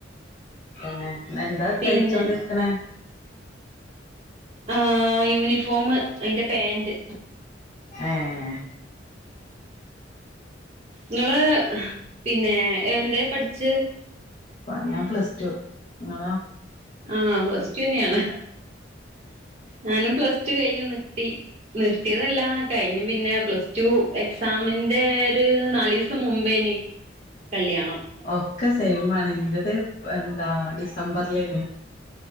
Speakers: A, on the left (about 45°); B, on the right (about 35°).
A: തന്നെ എന്താ
B: പിന്നെ
A: തയ്ച്ചോണ്ടിര് ക്ക്ണെ
B: ആഹ് യൂണിഫോമ് അയിന്റെ പാന്റ്
A: ഏഹ്
B: ഇങ്ങള് പിന്നെ എന്തേ പഠ്ച്ചേ
A: പ ഞാൻ പ്ലസ് ടു നിങ്ങളോ
B: ആഹ് പ്ലസ് ടു തന്നേണ് ഞാനും പ്ലസ് ടു കഴിഞ്ഞ് നിർത്തി നിർത്തിയതല്ല കഴിഞ്ഞു പിന്നെ പ്ലസ് ടു എക്സാമിന്റെ ഒരു നാലീ സം മുമ്പേനി കല്യാണം
A: ഒക്കെ സെയിമാണ് ഇന്റത് എന്താ ഡിസംബറ്ലേനി